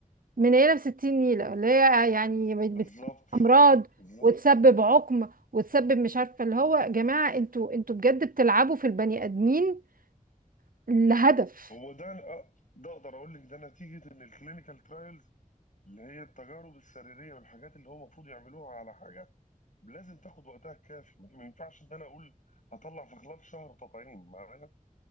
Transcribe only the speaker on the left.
بالظبط
بالظبط
هو ده أنا- ده اقدر اقول لك ده نتيجه ان الكلينيكال ترايلز اللي هي التجارب السريريه والحاجات اللي هو المفروض يعملوها على حاجه لازم تاخد وقتها الكافي ما ينفعش ان انا اقول هطلع في خلال شهر تطعيم معايا